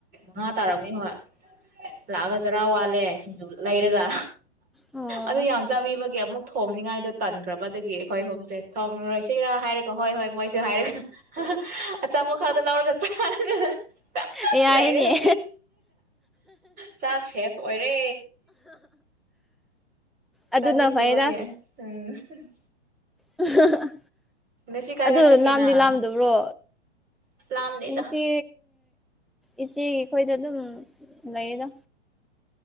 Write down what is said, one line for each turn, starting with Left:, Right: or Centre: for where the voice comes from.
Right: ꯃꯉꯥ ꯇꯥꯔꯛꯩ ꯍꯣꯏ ꯂꯥꯛꯑꯒ ꯆꯖꯔꯥ ꯋꯥꯠꯂꯦ ꯁꯤꯡꯖꯨ ꯂꯩꯔꯒ
Centre: ꯑꯣ
Right: ꯑꯗꯨ ꯌꯥꯝ ꯆꯥꯕꯤꯕꯒꯦ ꯑꯃꯨꯛ ꯊꯣꯡꯅꯤꯉꯥꯏꯗꯣ ꯇꯟꯈ꯭ꯔꯕ ꯑꯗꯨꯗꯨꯒꯤ ꯑꯩꯈꯣꯏ ꯍꯨꯝꯁꯦ ꯊꯣꯡꯉꯔꯣꯏꯁꯤꯔꯥ ꯍꯥꯏꯔꯒꯣ ꯍꯣꯏ ꯍꯣꯏ ꯃꯣꯏ ꯍꯥꯏꯔꯒ ꯑꯆꯥꯄꯣꯠ ꯈꯥꯗ ꯂꯧꯔꯒ
Centre: ꯌꯥꯏꯅꯦ
Right: ꯂꯩꯔꯦ ꯍꯧꯖꯤꯛ ꯆꯥꯛ ꯁꯦꯐ ꯑꯣꯏꯔꯦ
Centre: ꯑꯗꯨꯅ
Right: ꯆꯅꯤꯗꯦ
Centre: ꯐꯩꯗ
Right: ꯍꯦ ꯎꯝ
Centre: ꯑ <unintelligible>
Right: ꯉꯁꯤ ꯀꯥꯏ
Centre: ꯑꯗꯨ
Right: ꯀꯥꯏ ꯆꯠꯀꯦ
Centre: ꯂꯥꯝꯗꯤ
Right: ꯅꯪ
Centre: ꯂꯥꯝꯗꯕ꯭ꯔꯣ
Right: ꯑꯁ ꯂꯥꯝꯗꯦꯗ
Centre: ꯉꯁꯤ ꯏꯆꯦꯒꯤ ꯑꯩꯈꯣꯏꯗ ꯑꯗꯨꯝ ꯂꯩꯌꯦꯗ